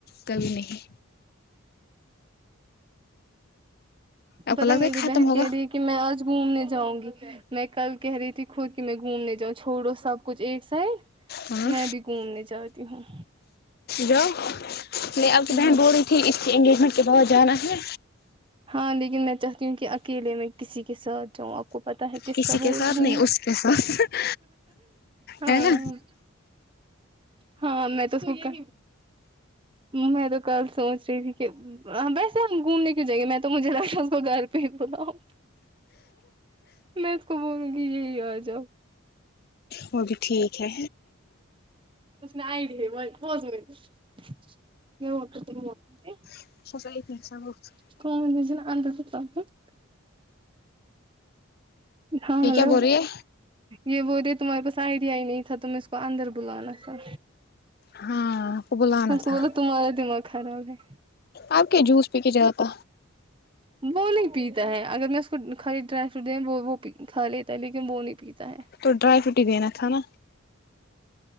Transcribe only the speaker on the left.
کبھی نہیں آپ
کو لگتا
ہے ختم
ہوگا
ہاں
جو میں آپ کی
بہن بول رہی تھی اس کے انگیجمنٹ کے بعد جانا ہے
کسی
کے
ساتھ
نہیں اس کے ساتھ
ہے نا
وہ بھی ٹھیک ہے
<unintelligible>
یہ
کیا بول رہی ہے
ہاں آپ کو بلانا
تھا
آپ کیا جوس پی کے جاتا
تو ڈرائیرو ہی دین تھاا